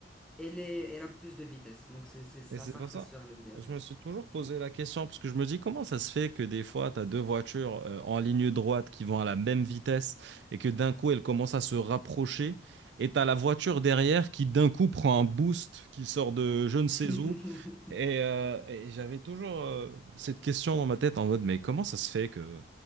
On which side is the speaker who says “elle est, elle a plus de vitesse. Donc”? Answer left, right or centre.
Centre